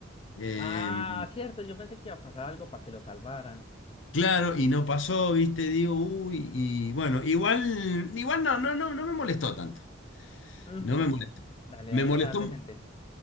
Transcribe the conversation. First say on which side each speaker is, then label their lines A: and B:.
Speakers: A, on the left (about 75°); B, on the left (about 30°).
A: Eh,
B: Ah, cierto, yo pensé que iba a pasar algo para que lo salvaran.
A: claro, y no pasó, ¿viste? Digo, uy, y bueno, igual, igual no, no, no, no me molestó tanto.
B: Mm,
A: No
B: porque,
A: me molestó.
B: dale,
A: Me
B: dale,
A: molestó.
B: o sea, decente.